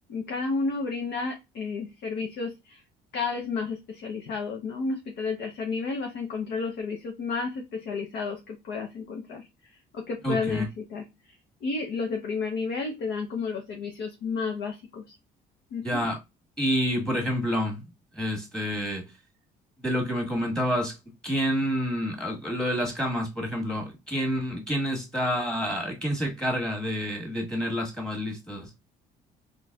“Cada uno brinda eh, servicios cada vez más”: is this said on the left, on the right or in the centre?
Left